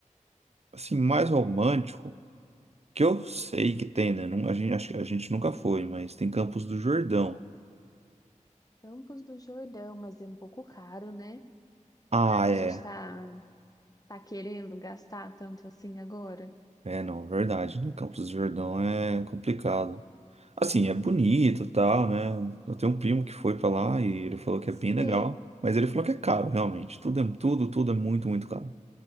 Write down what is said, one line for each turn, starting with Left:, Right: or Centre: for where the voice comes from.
Right: assim, mais romântico, que eu sei que tem, né? Não- a gente, acho que a gente nunca foi, mas tem Campos do Jordão.
Left: Campos do Jordão, mas é um pouco caro, né?
Right: Ah,
Left: Será que
Right: é.
Left: a gente tá, tá querendo gastar tanto assim agora?
Right: É, não, verdade, né? Campos do Jordão é complicado. Assim, é bonito, e tal, né? Eu tenho um primo que foi pra lá e ele falou que é bem legal,
Left: Sei.
Right: mas ele falou que é caro, realmente. Tudo é tudo, tudo é muito, muito caro.